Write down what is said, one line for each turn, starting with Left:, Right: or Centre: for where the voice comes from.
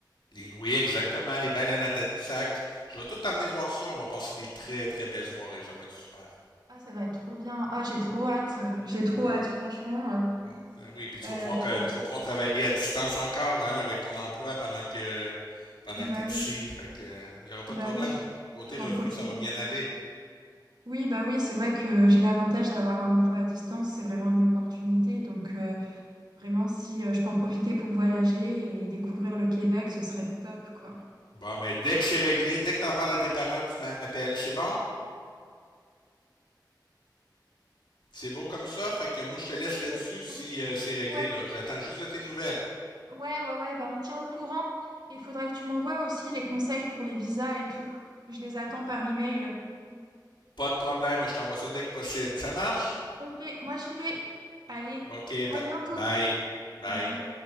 Left: Les- oui, exactement, les baleines à Tadoussac. Je vais tout t'amener voir ça, on va passer des très, très belles soirées, ça va être super.
Right: Ah, ça va être trop bien. Ah, j'ai trop hâte. euh, J'ai trop
Left: Oui,
Right: hâte, franchement. Euh,
Left: oui, oui, puis tu
Right: euh,
Left: vas pouvoir,
Right: faut-
Left: que- tu vas pouvoir travailler à distance encore, hein, avec ton emploi pendant que, pendant
Right: bah
Left: que t'es
Right: oui,
Left: ici, fait que, il y aura pas
Right: bah
Left: de problème,
Right: oui,
Left: au côté
Right: faut
Left: revenu,
Right: en profiter.
Left: ça va bien aller.
Right: Oui, bah oui, c'est vrai que j'ai l'avantage d'avoir un emploi à distance. C'est vraiment une opportunité. Donc, euh, vraiment, si euh, je peux en profiter pour voyager et découvrir le Québec, ce serait top, quoi.
Left: Bon, mais dès que c'est réglé, dès que t'en parles à tes parents, tu m'appelles. C'est bon? C'est beau comme ça, fait que moi je te laisse là-dessus
Right: Mais-
Left: si euh, c'est réglé
Right: Ouais,
Left: là. J'attends juste de tes nouvelles.
Right: ouais, ouais, ouais, bah on tient au courant. Il faudrait que tu m'envoies aussi les conseils pour les visas et tout. Je les attends par email.
Left: Pas de problème, je t'envoie ça dès que possible. Ça marche?
Right: Ok, moi j'y vais. Allez,
Left: OK,
Right: à
Left: ba-
Right: bientôt.
Left: bye. Bye.
Right: Bye.